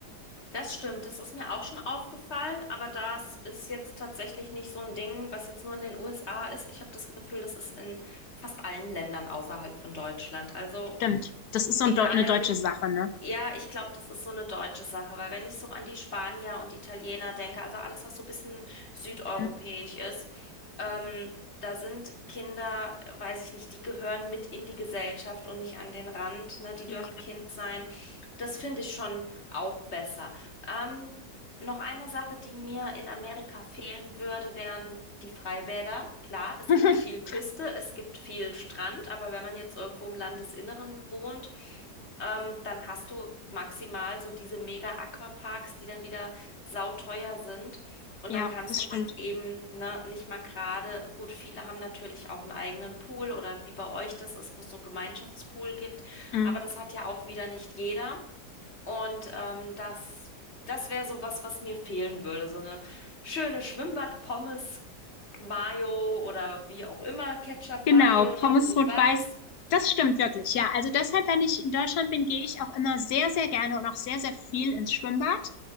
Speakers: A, on the left (about 40°); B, on the left (about 70°).
A: das stimmt, das ist mir auch schon aufgefallen, aber das ist jetzt tatsächlich nicht so ein Ding, was jetzt nur in den USA ist. Ich habe das Gefühl, das ist in fast allen Ländern außerhalb von Deutschland. Also
B: Stimmt. Das ist so
A: egal,
B: ein Deu- eine deutsche Sache, ne?
A: Ja, ich glaube, das ist so eine deutsche Sache, weil wenn ich so an die Spanier und Italiener denke, also alles, was so ein bisschen südeuropäisch
B: Mhm.
A: ist, ähm, da sind Kinder, äh, weiß ich nicht, die gehören mit in die Gesellschaft und nicht an den Rand, ne? Die
B: Ja.
A: dürfen Kind sein. Das finde ich schon auch besser. Ähm, noch eine Sache, die mir in Amerika fehlen würde, wären die Freibäder. Klar, es
B: <laughs>
A: gibt viel Küste, es gibt viel Strand, aber wenn man jetzt irgendwo im Landesinneren wohnt, ähm, dann hast du maximal so diese Mega-Aquaparks, die dann wieder sauteuer sind. Und
B: ja,
A: dann kannst
B: das
A: du
B: stimmt.
A: halt eben, ne, nicht mal gerade, gut, viele haben natürlich auch einen eigenen Pool oder wie bei euch das ist, wo es so einen Gemeinschaftspool gibt.
B: Mhm.
A: Aber das hat ja auch wieder nicht jeder. Und ähm, das, das wäre so was, was mir fehlen würde. So eine schöne Schwimmbad-Pommes, Mayo oder wie auch immer, Ketchup-Mayo,
B: Genau,
A: ne,
B: Pommes
A: rot-weiß.
B: rot-weiß. Das stimmt wirklich, ja. Also deshalb, wenn ich in Deutschland bin, gehe ich auch immer sehr, sehr gerne und auch sehr, sehr viel ins Schwimmbad,